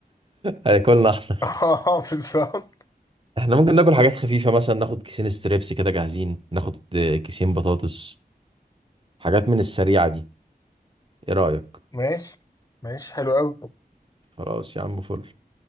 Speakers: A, on the right; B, on the left.
A: هياكلنا احنا
B: <laughs> اه بالظبط
A: احنا ممكن ناكل حاجات خفيفة مثلا ناخد كيسين ستريبس كده جاهزين ناخد آه، كيسين بطاطس حاجات من السريعة دي ايه رأيك
B: ماشي ماشي حلو قوي
A: خلاص يا عم فل